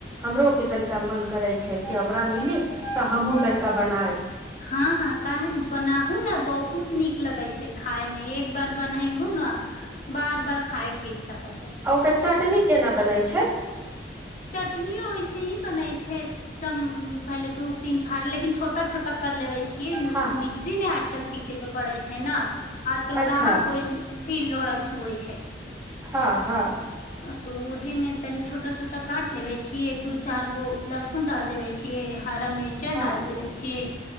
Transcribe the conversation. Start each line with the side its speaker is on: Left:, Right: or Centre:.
Right: हमरो के तनिका मन करे छे कि हमरा मिली त हम हुँ तनिका बनायब
Left: हा हा कहे बनाहु ने बहुत नीक लगे छे खाय में एक बार बने बू ने बार बार खाय के इच्छा करते
Right: आ ओकर चटनी केना बने छे
Left: चटनी ओऐ से ही बने छे पहले दू तीन फार लेकिन छोटा छोटा कर लेबे ई
Right: हँ
Left: मिक्सी मे आजकल पीसे के पड़े छे ने आजकल
Right: अच्छा
Left: कहाँ कोई सिला‌लोडी छुये छ
Right: हा हा
Left: त उ ऊहे में तनी छोटा छोटा काट लेबे छिये दू चार गो लहसुन डाल देबे छयै हरा मिर्चा
Right: हँ
Left: रडाल देबे छिये